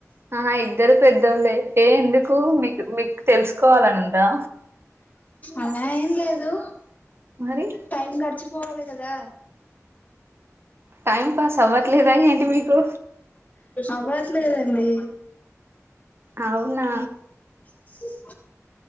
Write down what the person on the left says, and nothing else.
అలా ఏం లేదు
టైమ్ గటిచ పోవాలి కదా
అవ్వట్లేదండి
ఓ